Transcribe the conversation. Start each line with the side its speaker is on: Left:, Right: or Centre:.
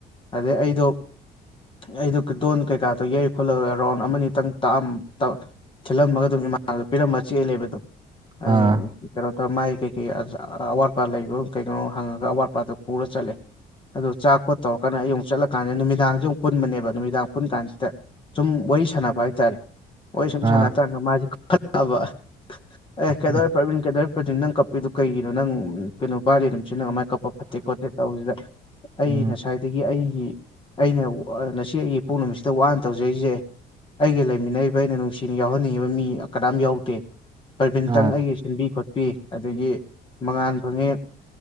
Left: ꯑꯗꯩ ꯑꯩꯗꯣ ꯑꯩꯗꯨ ꯗꯣꯟ ꯀꯩꯀꯥꯗꯣ ꯌꯩ ꯈꯣꯠꯂꯒ ꯔꯥꯎꯟ ꯑꯃꯅꯤꯇꯪ ꯇꯥꯛꯑꯝ ꯇꯥ ꯊꯤꯜꯂꯝꯃꯒ ꯑꯗꯨꯝ ꯏꯃꯥꯟꯅꯕꯗ ꯄꯤꯔꯝꯕ ꯆꯦꯜꯂꯦꯕ ꯑꯗꯨꯝ
Right: ꯑꯥ
Left: ꯑꯩ ꯀꯩꯅꯣ ꯇꯧꯔ ꯃꯥꯏ ꯀꯩꯩ ꯒꯤ ꯑꯆꯥ ꯑꯋꯥꯠꯄꯥ ꯂꯩꯕ꯭ꯔꯣ ꯀꯩꯅꯣ ꯍꯪꯉꯒ ꯑꯋꯥꯠꯄꯥꯗꯣ ꯄꯨꯔ ꯆꯠꯂꯦ ꯑꯗꯣ ꯆꯥꯈꯣꯠ ꯇꯧꯔꯀꯥꯟꯗ ꯑꯩ ꯑꯃꯨꯛ ꯆꯠꯂꯀꯥꯟꯗ ꯅꯨꯃꯤꯗꯥꯡꯖꯨ ꯑꯃꯨꯛ ꯄꯨꯟꯕꯅꯦꯕ ꯅꯨꯃꯤꯗꯥꯡ ꯄꯨꯟ ꯀꯥꯟꯁꯤꯗ ꯁꯨꯝ ꯋꯥꯔꯤ ꯁꯥꯟꯅꯕ ꯍꯥꯏꯇꯥꯔꯦ ꯋꯥꯔꯤ ꯁꯨꯝ
Right: ꯑꯥ
Left: ꯁꯥꯟꯅꯔꯀꯥꯟꯗ ꯃꯥꯖꯦ ꯀꯞꯈꯠꯂꯛꯑꯕ ꯑꯦ ꯀꯩꯗꯧꯔꯦ
Right: ꯎꯝ
Left: ꯄ꯭ꯔꯕꯤꯟ ꯀꯩꯗꯧꯔꯦ ꯄ꯭ꯔꯕꯤꯟ ꯅꯪ ꯀꯞ ꯄꯤꯗꯨ ꯀꯩꯒꯤꯅꯣ ꯅꯪ ꯀꯩꯅꯣ ꯕꯥꯔꯗꯦ ꯅꯨꯡꯃꯤꯠꯁꯤꯅ ꯅꯪ ꯑꯃꯥꯏ ꯀꯞꯄ ꯐꯠꯇꯦ ꯈꯣꯠꯇꯦ ꯇꯧꯕꯖꯤꯗ ꯑꯩ
Right: ꯎꯝ
Left: ꯉꯁꯥꯏ ꯗꯒꯤ ꯑꯩꯒꯤ ꯑꯩꯅ ꯉꯁꯤ ꯑꯩꯒꯤ ꯏꯄꯣꯛ ꯅꯨꯃꯤꯠꯁꯤꯗ ꯋꯥꯅ ꯇꯧꯖꯔꯤꯖꯦ ꯑꯩꯒ ꯂꯩꯃꯤꯟꯅꯔꯤꯕ ꯑꯩꯅ ꯅꯨꯡꯁꯤꯅ ꯌꯥꯎꯍꯟꯅꯤꯡꯉꯤꯕ ꯃꯤ ꯀꯅꯥꯝ ꯌꯥꯎꯗꯦ ꯄꯔꯚꯤꯟꯇꯪ
Right: ꯑꯥ
Left: ꯑꯩꯒꯤ ꯁꯤꯟꯕꯤ ꯈꯣꯠꯄꯤ ꯑꯗꯒꯤ ꯃꯉꯥꯥꯟ ꯐꯪꯉꯦ